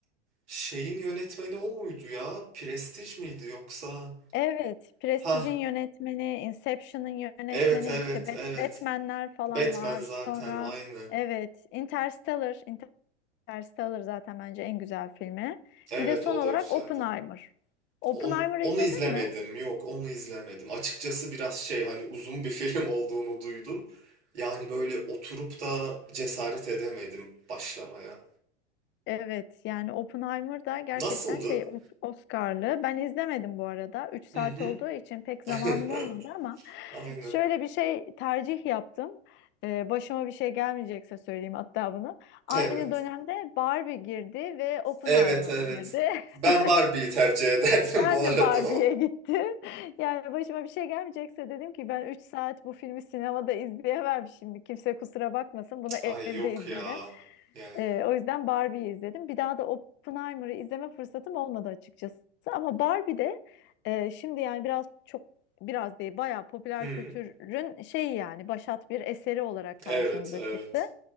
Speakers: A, on the right; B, on the left.
A: şeyin yönetmeni o muydu ya? Prestij miydi yoksa?
B: Evet, Prestige'in
A: Ha,
B: yönetmeni, Inception'ın yönetmeni,
A: evet, evet,
B: işte Bat-
A: evet.
B: Batman'ler falan
A: Batman
B: var.
A: zaten
B: Sonra
A: aynen.
B: evet, Interstellar, Interstellar zaten bence en güzel filmi.
A: Evet
B: Bir de son
A: o
B: olarak
A: da güzeldi.
B: Oppenheimer. Oppenheimer'ı
A: On- onu
B: izledin
A: izlemedim.
B: mi?
A: Yok onu izlemedim. Açıkçası biraz şey hani uzun bir <laughs> film olduğunu duydum. Yani böyle oturup da cesaret edemedim başlamaya.
B: Evet, yani Oppenheimer da gerçekten
A: Nasıldı?
B: şey Oscar'lı. Ben izlemedim bu arada. Üç saat
A: Hı hı.
B: olduğu için pek zamanım
A: <laughs>
B: olmadı ama
A: Aynen.
B: Şöyle bir şey tercih yaptım. Ee, başıma bir şey gelmeyecekse söyleyeyim hatta bunu. Aynı
A: Evet.
B: dönemde Barbie girdi ve Oppenheimer
A: Evet evet.
B: girdi.
A: Ben
B: <laughs>
A: Barbie'yi tercih <laughs> ederdim
B: Ben
A: bu arada.
B: de Barbie'ye gittim. <laughs> Yani başıma bir şey gelmeyecekse dedim ki ben 3 saat bu filmi sinemada izleyemem şimdi. Kimse kusura bakmasın.
A: <laughs>
B: Bunu evde
A: Ay yok
B: izlerim.
A: ya. Yani.
B: Ee, o yüzden Barbie'yi izledim. Bir daha da Oppenheimer'ı izleme fırsatım olmadı açıkçası. Ama Barbie de e, şimdi yani biraz çok biraz değil bayağı popüler
A: Hı.
B: kültürün şeyi yani başat bir eseri olarak karşımıza
A: Evet evet.
B: çıktı.